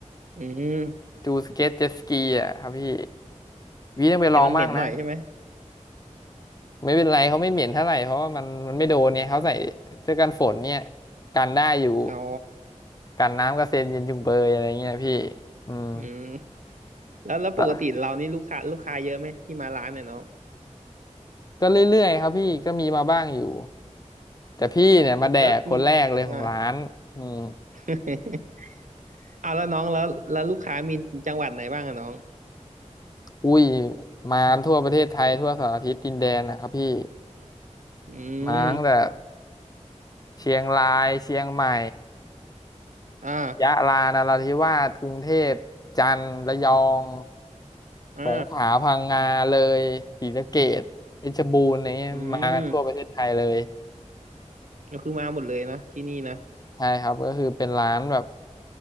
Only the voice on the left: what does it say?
ดูสเก็ตเจ็ตสกีอ่ะครับพี่วีต้องไปลองบ้างนะ
ไม่เป็นไรเขาไม่เหม็นเท่าไหร่เพราะว่ามันมันไม่โดนเนี่ยเขาใส่เสื้อกันฝนเนี่ยกันได้อยู่
กันน้ำกระเซ็นเย็นจุงเบยอะไรเงี้ยพี่อืม
แล้วก็เรื่อยๆครับพี่ก็มีมาบ้างอยู่แต่พี่เนี่ยมาแดกคนแรกเลยของร้านอืม
อุ้ยมาทั่วประเทศไทยทั่วสารทิศดินแดนนะครับพี่
มาตั้งแต่ เชียงรายเชียงใหม่
ยะลานราธิวาสกรุงเทพจันทร์ระยอง
สงขลาพังงาเลยศรีสะเกษเพชรบูรณ์อะไรเงี้ยมากันทั่วประเทศไทยเลย
ใช่ครับก็คือเป็นร้านแบบ